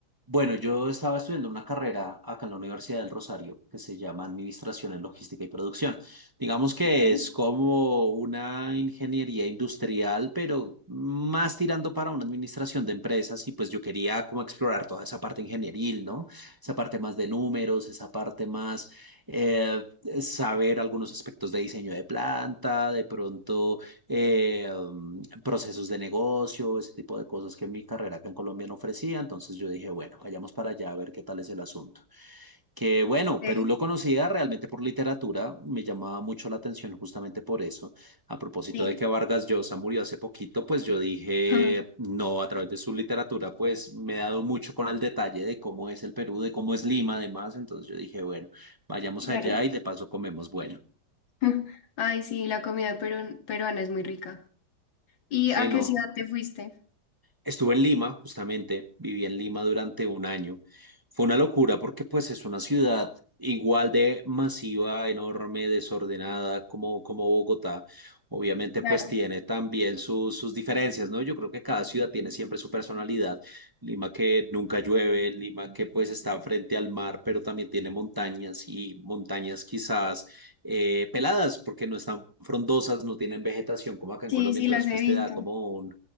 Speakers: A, on the right; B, on the left.
A: bueno, yo estaba estudiando una carrera acá en la Universidad del Rosario que se llama Administración en Logística y Producción. Digamos que
B: Okay.
A: es como una ingeniería industrial, pero más tirando para una administración de empresas y pues yo quería como explorar toda esa parte ingenieril, ¿no? Esa parte más de números, esa parte más eh, saber algunos aspectos de diseño de planta, de pronto eh, um, procesos de negocio, ese tipo de cosas que mi carrera acá en Colombia no ofrecía. Entonces yo dije, bueno, vayamos para allá a ver qué tal es el asunto. Que bueno,
B: ok,
A: Perú lo conocía realmente por literatura, me llamaba mucho la atención justamente por eso. A propósito
B: Sí,
A: de que Vargas Llosa murió hace poquito, pues yo dije,
B: <laughs>
A: no, a través de su literatura, pues me he dado mucho con el detalle de cómo es el Perú, de cómo es Lima, además. Entonces yo dije, bueno, vayamos
B: claro.
A: allá y de paso comemos bueno.
B: <laughs> Ay, sí, la comida peru- peruana es muy rica. ¿Y
A: Sí,
B: a
A: no,
B: qué ciudad te fuiste?
A: Estuve en Lima, justamente, viví en Lima durante un año. Fue una locura porque pues es una ciudad igual de masiva, enorme, desordenada como, como Bogotá. Obviamente
B: Claro.
A: pues tiene también sus, sus diferencias, ¿no? Yo creo que cada ciudad tiene siempre su personalidad. Lima que nunca llueve, Lima que pues está frente al mar, pero también tiene montañas y montañas quizás eh, peladas porque no están frondosas, no tienen vegetación como acá
B: Sí,
A: en Colombia,
B: sí,
A: entonces
B: las he
A: pues
B: visto.
A: te da como un